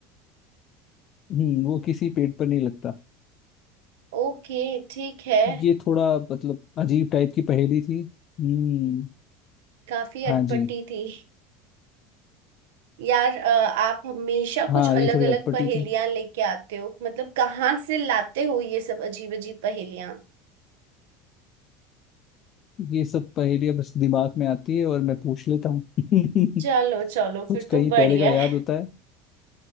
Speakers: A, on the left; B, on the right.
A: हम्म, वो किसी पेड़ पर नहीं लगता
B: ओके ठीक है
A: ये थोड़ा मतलब अजीब टाइप की पहेली थी हम्म
B: काफी अटपटी
A: हाँ जी
B: थी यार अ, आप हमेशा
A: हाँ
B: कुछ अलग
A: ये थोड़ी अटपटी
B: अलग पहेलियां
A: थी
B: लेके आते हो मतलब कहाँ से लाते हो ये सब अजीब अजीब पहेलियां
A: ये सब पहेलियां बस दिमाग में आती है और मैं पूछ लेता हूँ <laughs>
B: चलो चलो
A: कुछ
B: फिर
A: कहीं
B: तो बढ़िया
A: पहले का याद
B: है
A: होता है